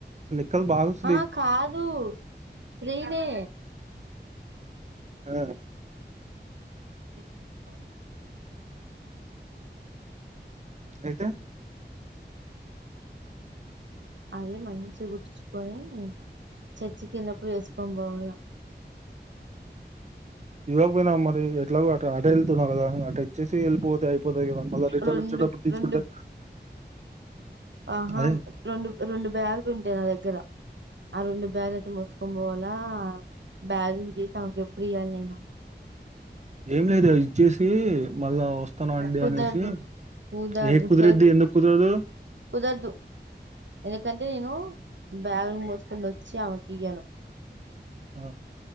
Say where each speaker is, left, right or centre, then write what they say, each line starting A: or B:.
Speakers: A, on the right (about 40°); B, on the right (about 80°).
A: లెక్కలు బాగొస్తుంది
B: ఆ కాదు దు త్రి నే
A: ఆ
B: <inaudible>
A: అయితే
B: అదే మంచిగా కుట్టిచ్చుకొని చర్చ్చికి వెళ్ళిన్నప్పుడు వేసుకొని పోవాల
A: <unintelligible> మరి అట్లా అట వెళ్తున్నావు కదా అట ఇచ్చేసి వెళ్ళిపోతే అయిపోతాయి కదా మళ్ళీ రిటర్న్
B: రెండు
A: వచ్చేటప్పుడు తీసుకుంటే
B: రెండు ఆహా
A: అదే
B: రెండు రెండు బ్యాగ్ నా దగ్గర అరుండు బ్యాలెట్ మోసుకు పోవాలి ఆ బగీఅకు <unintelligible> ఎప్పుడ ఐయాలి నేను
A: ఏం లేదు వచ్చేసి మళ్ళా వస్తాను అండి
B: కుదరదు
A: అనేసి
B: కుదరదు
A: ఏ కుదిరరిద్ది
B: హే
A: ఎందుకు కుదరదు
B: కుదరదు ఎందుకంటే నేను బ్యాగుని మోసుకుని వచ్చి ఆమెకిిగాను
A: ఆ